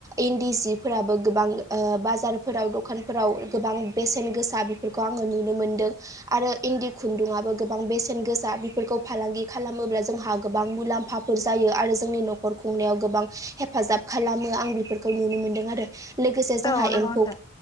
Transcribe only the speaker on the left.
औ नंगौ
नोंथां